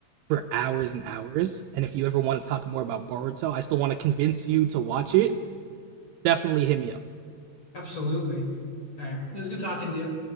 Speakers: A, on the right; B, on the left.
A: for hours and hours. And if you ever want to talk more about Boruto, I still want to convince you to watch it. Definitely hit me up.
B: Absolutely. All right. It was good talking to you.